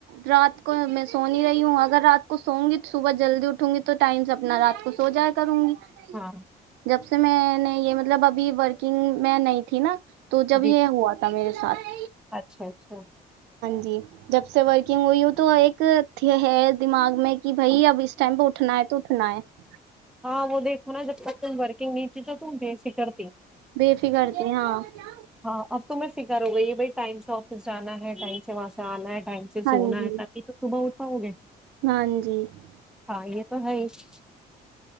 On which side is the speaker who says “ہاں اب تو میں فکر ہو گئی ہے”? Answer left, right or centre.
Centre